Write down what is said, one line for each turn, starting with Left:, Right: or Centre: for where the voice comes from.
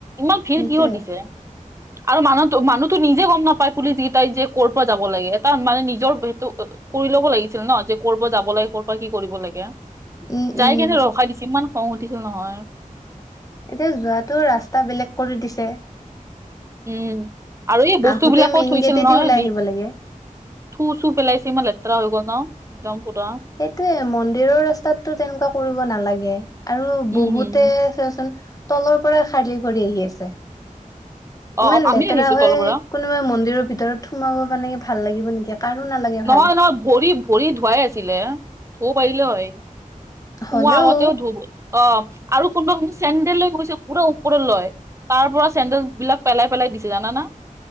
Right: ইমান ভিৰ
Left: সেইটোয়ে
Right: কিহৰ দিছে। আৰু মানুহটো মানুহতো নিজে গ'ম নাপায় পুলিচকেইটাই যে কৰ'ৰ পৰা যাব লাগে, এটা মানে নিজৰ সেইটো কৰি ল'ব লাগিছিল ন' যে কৰিব যাব লাগে ক'ৰ কি কৰিব লাগে।
Left: উম
Right: যাই
Left: উম
Right: কেনে ৰখাই দিছে, ইমান খং উঠিছে নহয়।
Left: এতিয়া যোৱাটোওঁ ৰাস্তা বেলেগ কৰি দিছে।
Right: উম, আৰু এই বস্তুবিলাকো
Left: আহোতে মেইন
Right: থৈছিল
Left: গেটেদি
Right: নহয়
Left: ওলাই
Right: বি
Left: আহিব লাগে।
Right: থু চু পেলাইছি, ইমান লেতেৰা হৈ গ' ন'? একদম পুৰা।
Left: সেইটোৱে মন্দিৰৰ ৰাস্তাততো তেনেকুৱা কৰিব নালাগে। আৰু
Right: উম
Left: বহুতে চোৱাচোন তলৰপৰা খালি ভৰি আহি আছে।
Right: অ
Left: ইমান
Right: অ আমি
Left: লেতেৰা
Right: আহিছো
Left: হৈ
Right: তলৰ পৰা
Left: কোনোবা মন্দিৰৰ ভিতৰত সোমাব মানে ভাল লাগিব নেকি, কাৰো নালাগে।
Right: নহয়
Left: ভাল।
Right: নহয় ভৰি ভৰি ধুৱাই আছিলে, ধুব পাৰিলে হয়।
Left: হ'লেও
Right: সোমোৱা আগতেও ধুব, অ' আৰু কোনোবা কোন চেণ্ডেল লৈ গৈছে পুৰা ওপৰলৈ। তাৰপৰা চেণ্ডেলবিলাক পেলাই পেলাই দিছে জানানা?